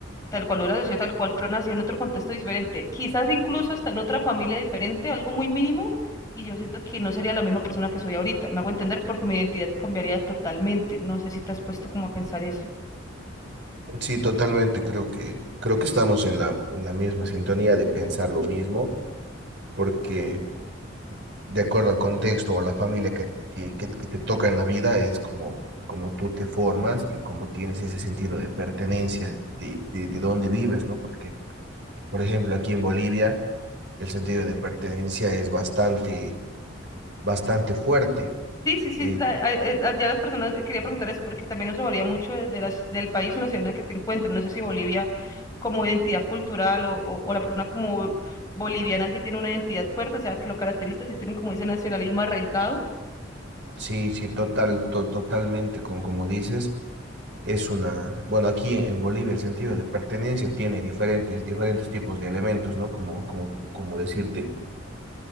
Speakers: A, on the left; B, on the right.
A: tal cual hubiera sido tal cual, pero nací en otro contexto diferente. Quizás incluso hasta en otra familia diferente, algo muy mínimo, y yo siento que no sería la misma persona que soy ahorita. Me hago entender porque mi identidad cambiaría totalmente. No sé si te has puesto como a pensar eso.
B: Sí, totalmente, creo que, creo que estamos en la, en la misma sintonía de pensar lo mismo, porque de acuerdo al contexto o la familia que, que, que, que te toca en la vida, es como, como tú te formas y como tienes ese sentido de pertenencia, de, de, de dónde vives, ¿no? Porque Por ejemplo, aquí en Bolivia, el sentido de pertenencia es bastante, bastante fuerte.
A: Sí, sí, sí,
B: Eh,
A: la- a- eh, la- ya las personas, eh, quería preguntar eso porque también eso varía mucho de las, del país o nación en la que te encuentres. No sé si Bolivia como identidad cultural o, o, o la persona como boliviana sí tiene una identidad fuerte, o sea, que lo caracteriza, sí tienen como ese nacionalismo arraigado.
B: sí, sí, total, to- totalmente, como, como dices, es una, bueno, aquí en, en Bolivia el sentido de pertenencia tiene diferentes, diferentes tipos de elementos, ¿no? Como, como, como decirte,